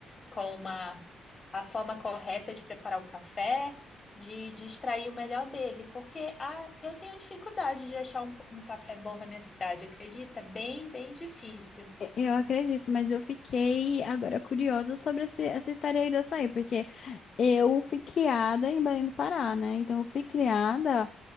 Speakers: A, on the left (about 30°); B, on the left (about 50°).
A: com uma a forma correta de preparar o café, de, de extrair o melhor dele, porque ah, eu tenho dificuldade de achar um, um café bom na minha cidade, acredita? Bem, bem difícil.
B: E- Eu acredito, mas eu fiquei agora curiosa sobre esse- essa história aí do açaí, porque eu fui criada em Belém do Pará, né? Então, eu fui criada.